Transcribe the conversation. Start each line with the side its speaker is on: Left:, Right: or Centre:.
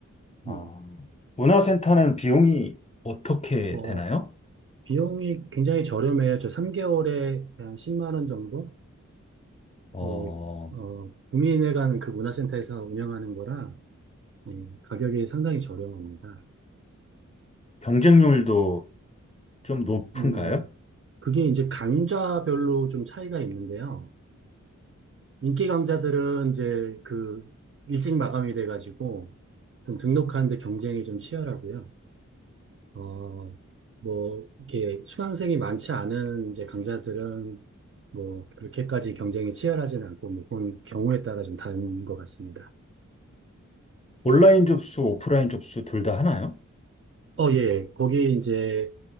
Left: 아,
Right: 예.
Left: 문화센터는 비용이 어떻게
Right: 어,
Left: 되나요?
Right: 비용이 굉장히 저렴해요. 저 3개월에 한 10만 원 정도?
Left: 어,
Right: 예, 어, 구민회관 그 문화센터에서 운영하는 거라 예, 가격이 상당히 저렴합니다.
Left: 경쟁률도 좀 높은가요?
Right: 음, 그게 이제 강좌별로 좀 차이가 있는데요. 인기 강좌들은 이제 그 일찍 마감이 돼가지고 좀 등록하는데 경쟁이 좀 치열하고요. 어, 뭐, 이렇게 수강생이 많지 않은 이제 강좌들은 뭐, 그렇게까지 경쟁이 치열하진 않고, 뭐, 그건 경우에 따라 좀 다른 것 같습니다.
Left: 온라인 접수, 오프라인 접수 둘 다 하나요?
Right: 어, 예, 예. 거기 이제,